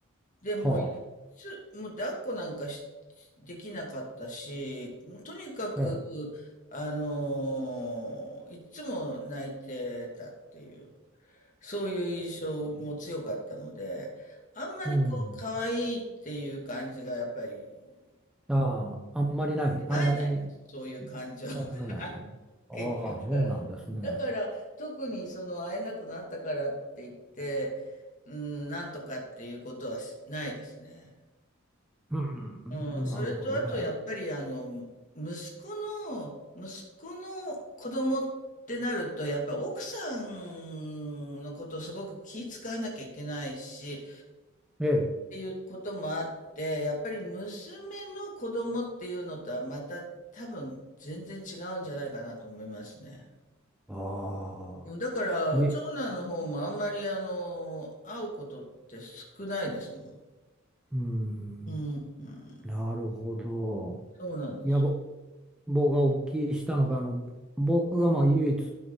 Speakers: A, on the left; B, in the centre.
A: でもう、
B: う、は
A: いつ、もう抱っこなんかし、できなかったし、もうとにかく、
B: あ、ええ、
A: あのーいつも泣いてたっていう。そういう印象も強かったので、あんまりこう、
B: うん、
A: 可愛いっていう感じがやっぱり、
B: ああ、あんまりない、あんまり
A: 会えないんです。そういう感情、<laughs>
B: 思えない。ああ、
A: 結局。
B: そうなんですね。
A: だから、特にその会えなくなったからって言って、うん、なんとかっていうことはしないですね。
B: うん、
A: うん、
B: うんなるほどね。
A: それとあとやっぱりあの、息子の、息子の子供ってなると、やっぱ奥さんのことをすごく気遣わなきゃいけないし、
B: ええ、
A: ていうこともあって、やっぱり娘の子供っていうのとはまた多分全然違うんじゃないかなと思いますね。
B: ああ、
A: だから、
B: いえ、
A: 長男の方もあんまりあの、会うことって少ないですもん。
B: うん、
A: うん、うん、
B: なるほど。
A: そうなんですよ。
B: いや、ぼ僕がお聞きしたのが、あの、僕がまあ唯一